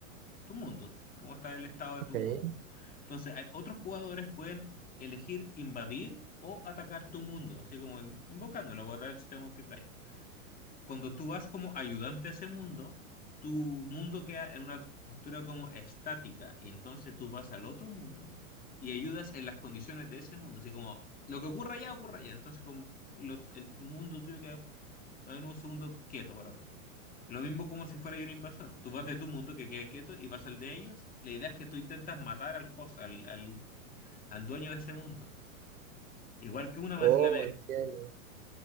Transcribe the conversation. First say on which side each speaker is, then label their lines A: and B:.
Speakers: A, on the left (about 20°); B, on the right (about 80°).
A: tu mundo, como está el estado de
B: Ok.
A: tu mundo. Entonces, hay- otros jugadores pueden elegir invadir o atacar tu mundo, así como in- invocándolo, voy a atacar el sistema multiplayer. Cuando tú vas como ayudante a ese mundo, tu mundo queda en una postura como estática y entonces tú vas al otro mundo y ayudas en las condiciones de ese mundo, así como lo que ocurra allá, ocurra allá, entonces como lo- el mundo tuyo queda en un segundo quieto por ahora. Lo mismo como si fuera yo un invasor, tú vas de tu mundo que queda quieto y vas al de ellos, la idea es que tú intentas matar al host, al, al, al dueño de ese mundo. Igual que una, man-
B: Oh,
A: la,
B: entiendo.